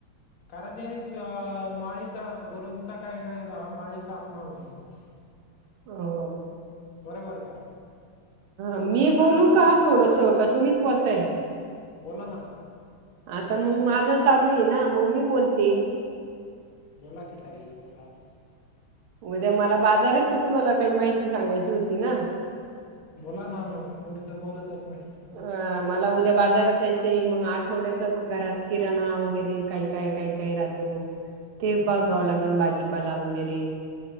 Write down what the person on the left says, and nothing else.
कारण ते माळीचा गुरूंचा काही नाही माळीचा अपमान होतो.
बरोबर का
तुम्ही सांगा
ना
आज
बोला ना.
बोला की ताई बोला.
बोला ना मग तुम्ही तर बोलतच नाही.
हम्म